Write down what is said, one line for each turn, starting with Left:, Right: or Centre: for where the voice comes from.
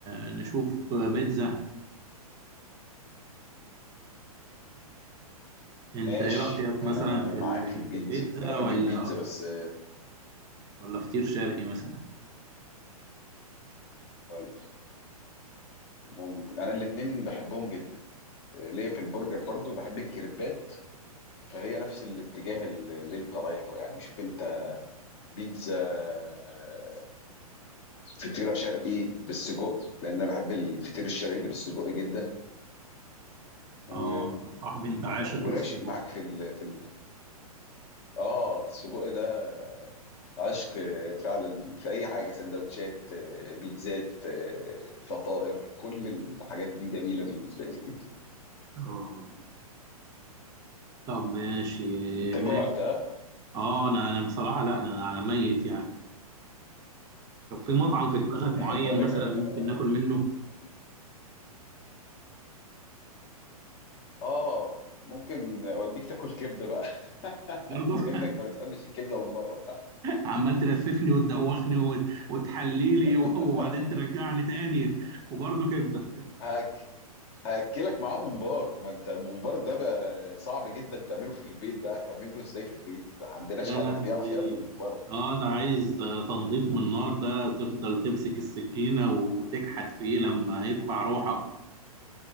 Right: آه، نشوف آه، بيتزا انت
Left: ماشي
Right: ايه رأيك
Left: انا
Right: مثلا في
Left: معاك
Right: ال... انت
Left: في البيتزا
Right: بيتزا
Left: انا بحب
Right: ولا
Left: البيتزا بس آه،
Right: ولا فطير شرقي مثلا
Left: وال- مم- انا الاتنين بحبهم جدا آه، ليا في البرجر برضو بحب الكريبات فهي نفس الاتجاه اللي اللي انت رايحه يعني شوف انت بيتزا آه، فطيرة شرقي بالسجق لان انا بحب الفطير الشرقي اللي بالسجق جدا و...
Right: اه انت صاحبي انت عاشق
Left: وراشق
Right: للسجق
Left: معاك في ال... في ال... اه السجق ده عشق فعلا في اي حاجه سندوتشات آه، بيتزات آه، فطائر كل الحاجات دي جميله بالنسبه لي <laughs>
Right: اه طب ماشي
Left: انت
Right: ماشي
Left: جعت ها
Right: اه انا انا بصراحة لا انا انا ميت يعني طب في مطعم في دماغك
Left: <laughs>
Right: معين
Left: وانا
Right: مثلا
Left: كمان
Right: ممكن
Left: انا معاك
Right: ناكل منه
Left: اه ممكن اوديك تاكل كبده بقى <laughs>
Right: برضه
Left: بما
Right: <laughs>
Left: انك ما بتحبش الكبده من بره
Right: عمال تلففني وتدوخني وتحليلي وبعدين
Left: <laughs>
Right: ترجعني تاني وبرضه كبدة
Left: هاك هاكلك معاه ممبار ما انت الممبار ده بقى صعب جدا تعمله في البيت بقى تعمله ازاي في البيت ما عندناش
Right: يا
Left: حد
Right: لهوي
Left: بيعرف يعمل ممبار
Right: اه ده عايز تنظيف من النار ده تفضل تمسك السكينة وتكحت فيه لما يطلع روحك